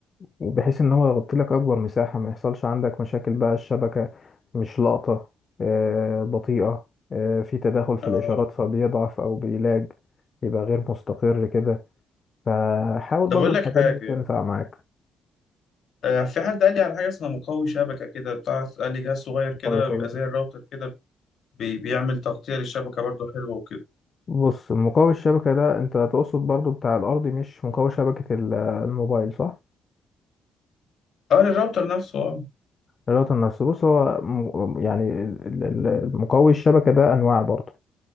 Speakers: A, on the left; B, on the left.
A: وبحيث ان هو يغطي لك اكبر مساحة ما يحصلش عندك مشاكل بقى الشبكة مش لاقطة آه، بطيئة آه، في تداخل في
B: آه
A: الاشارات
B: آه.
A: فبيضعف او بيلاج يبقى غير مستقر كده فحاول
B: طب
A: برضو
B: أقول
A: الحاجات
B: لك حاجة
A: دي تنفع معاك
B: آه، في حد قال لي على حاجة اسمها مقوي شبكة كده بتاع قال لي جهاز صغير كده
A: مقاوي شبكة
B: بيبقى زي الراوتر كده بي... بيعمل تغطية للشبكة برضه حلوة وكده
A: بص مقاوي الشبكة ده انت تقصد برضو بتاع الارضي مش مقاوي شبكة ال- الموبايل صح؟
B: اه للراوتر نفسه اه
A: الراوتر نفسه بص هو م- يعني ال- ال- ال- مقاوي الشبكة ده انواع برضو